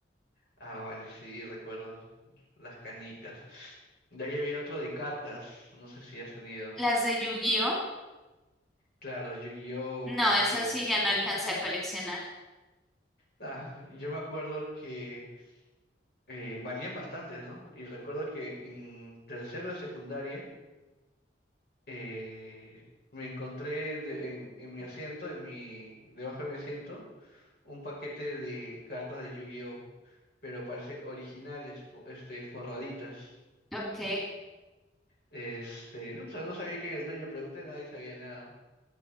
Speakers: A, on the left; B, in the centre.
A: Ah, vale, sí, recuerdo las canicas. De ahí había otro de cartas, no sé si has tenido.
B: Las de Yu-Gi-Oh,
A: Claro, Yu-Gi-Oh!
B: no, esas
A: Este,
B: sí ya no alcancé a coleccionar.
A: ah, yo me acuerdo que eh, valían bastante, ¿no? Y recuerdo que en tercero de secundaria eh, me encontré de- en, en mi asiento, en mi, debajo de mi asiento, un paquete de cartas de Yu-Gi-Oh! Pero parece originales, fo- este, forraditas.
B: Ok,
A: Este, no, sa- no sabía quién era el dueño, pregunté, nadie sabía nada.